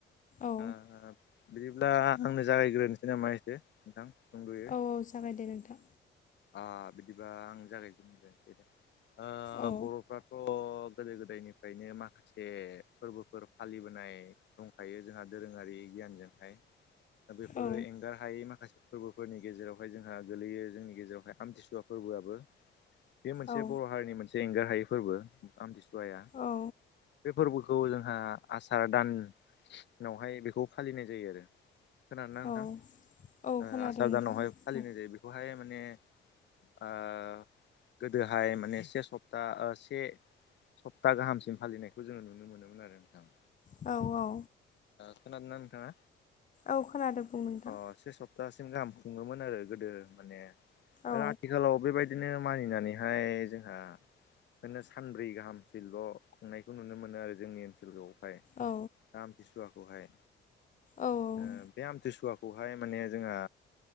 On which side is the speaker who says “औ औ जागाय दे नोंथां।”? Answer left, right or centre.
Left